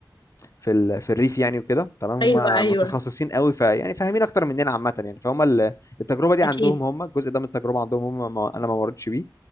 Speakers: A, on the left; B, on the left.
A: في ال... في الريف يعني وكده تمام
B: ايوه
A: هم
B: ايوه
A: متخصصين قوي ف يعني فاهمين اكتر مننا عامه يعني فهم ال- التجربه دي عندهم
B: اكيد
A: هم الجزء ده من التجربه عندهم هم ما... انا ما مرتش بيه